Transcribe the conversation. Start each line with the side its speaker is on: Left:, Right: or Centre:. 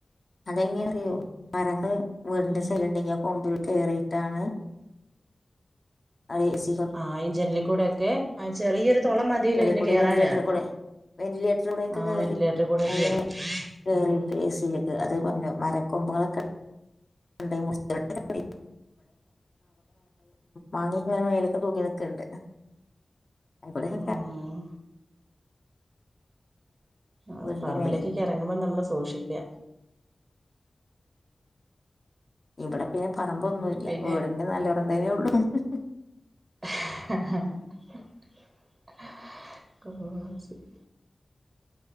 Left: അതെങ്ങെനേറിയോ മരങ്ങള് വീടിന്റെ
Right: ഉം
Left: സൈഡില്ണ്ടെങ്കി കൊമ്പിൽ കേറിയിട്ടാണ് അത് എ സി
Right: ആഹ് ഈ ജനലിക്കൂടെ ഒക്കെ ആ ചെറിയൊരു തുള മതിയല്ലോ
Left: നലി
Right: ഇതിന്
Left: കൂടേം
Right: കേറാന്
Left: വെന്റിലേറ്ററി കൂടേം <unintelligible> വെന്റിലേറ്ററിലൂടൊക്കെ
Right: ആഹ്
Left: കേറി
Right: വെന്റിലേറ്ററിൽ കൂടെ
Left: അതി
Right: കേറും
Left: <unintelligible> കേറിട്ട്
Right: ഉം
Left: എ സി യില് അത് പറഞ്ഞു മരക്കൊമ്പുകളൊക്കെ <unintelligible> മാങ്ങ ഇങ്ങനെ മേലേക്ക് തൂങ്ങി നിക്കണ്ട് <unintelligible>
Right: ആഹ് അത്
Left: വീടിന്റെ
Right: പറമ്പിലേക്കൊക്കെ
Left: മേലെ
Right: ഇറങ്ങുമ്പോ നമ്മള് സൂക്ഷിക്കുക
Left: ഇവിടെ പിന്നെ പറമ്പൊന്നുല്ല
Right: പിന്നെ
Left: വീടിന്റെ <unintelligible> ഉള്ളു <unintelligible>
Right: <unintelligible>